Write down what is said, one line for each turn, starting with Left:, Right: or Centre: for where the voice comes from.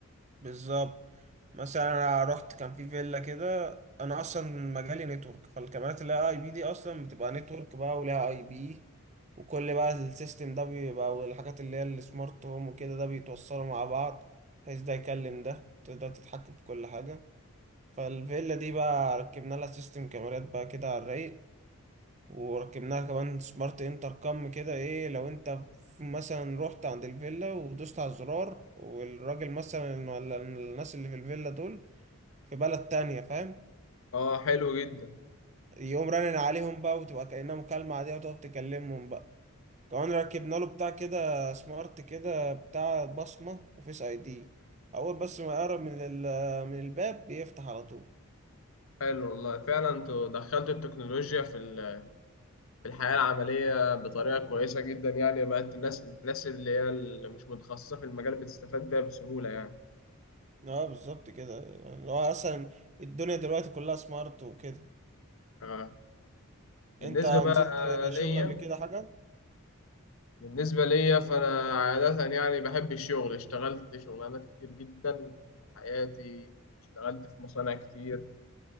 Right: بالظبط مثلا انا رحت كان في فيلا كده انا اصلا مجالي نتورك فالكاميرات اللي هي اي بي دي اصلا بتبقى نتورك بقى ولها اي بي وكل بقى السيستم ده بيبقى والحاجات اللي هي السمارت هوم وكده ده بيتوصلوا مع بعض بحيث ده يكلم ده تقدر تتحكم في كل حاجة فالفيلا دي بقى ركبنا لها سيستم كاميرات بقى كده على الرايق وركبناها كمان سمارت انتر كام كده ايه لو انت مثلا رحت عند الفيلا ودوست على الزرار والراجل مثلا ولا الناس اللي في الفيلا دول في بلد تانية فاهم
Left: اه حلو جدا
Right: يقوم رنن عليهم بقى وتبقى كأنها مكالمة عادية وتقف تكلمهم بقى كمان ركبنا له بتاع كده سمارت كده بتاع بصمة وفيس اي دي اول بس ما يقرب من ال- من الباب بيفتح على طول
Left: حلو والله فعلا انتوا دخلتوا التكنولوجيا في ال- في الحياة العملية بطريقة كويسة جدا يعني بقت الناس الناس اللي هي اللي مش متخصصة في المجال بتستفاد بيها بسهولة يعني
Right: اه بالظبط كده يعني هو اصلا الدنيا دلوقتي كلها سمارت وكده
Left: آه. بالنسبة
Right: انت نزلت
Left: بقى
Right: شغل
Left: ليا
Right: قبل كده حاجة
Left: بالنسبة ليا فأنا عادة يعني بحب الشغل اشتغلت شغلانات كتير جدا في حياتي اشتغلت في مصانع كتير